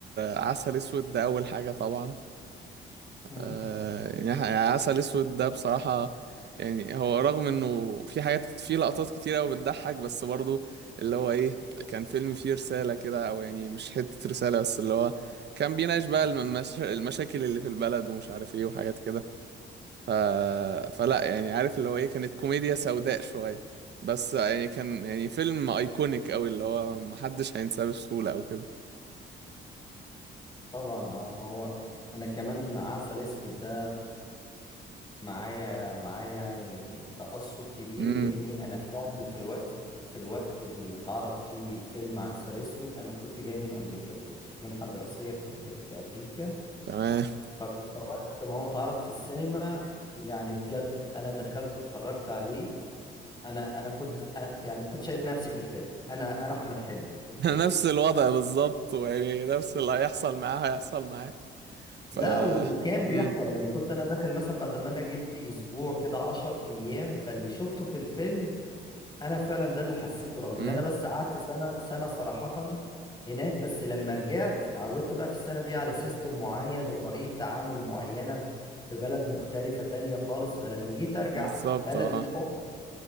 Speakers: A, on the right (about 60°); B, on the left (about 20°).
A: عسل اسود ده اول حاجه طبعا
B: مم.
A: آه، يعني ح- يعني عسل اسود ده بصراحه يعني هو رغم انه في حاجات في لقطات كتير قوي بتضحك بس برضه اللي هو ايه كان فيلم فيه رساله كده او يعني مش حته رساله بس اللي هو كان بيناقش بقى المش- المشاكل اللي في البلد ومش عارف ايه وحاجات كده ف... فلا يعني عارف اللي هو ايه كانت كوميديا سوداء شوية بس يعني كان يعني فيلم ايكونيك قوي اللي هو محدش هينساه بسهولة او كده
B: طبعا اه ما هو أنا كمان عسل أسود ده معايا معايا يعني تأثر كبير
A: امم
B: لأني أنا فعلا في الوقت في الوقت اللي اتعرض فيه فيلم عسل أسود أنا كنت جاي من أمريكا كنت في منحة دراسية في أم- في أمريكا
A: تمام
B: فوقت ما هو اتعرض في السينما يعني بجد أنا دخلت اتفرجت عليه أنا أنا كنت أ- يعني كنت شايف نفسي في الفيلم أنا أنا أحمد حلمي في الفيلم
A: <laughs> نفس الوضع بالظبط ويعني نفس اللي هيحصل معاه هيحصل معاه ف
B: لا و- وكان بيحصل
A: امم
B: يعني كنت أنا داخل مثلا بعد ما أنا جيت بأسبوع كده 10 أيام فاللي شفته في الفيلم انا فعلا ده اللي حسيته رغم
A: امم
B: ان انا بس قعدت سنه سنه صراحه هناك بس لما رجعت اتعودت بقى في السنه دي على سيستم معين وطريقه تعامل معينه في بلد مختلفه تانية خالص فلما جيت ارجع
A: بالظبط
B: بلدي
A: اه
B: الام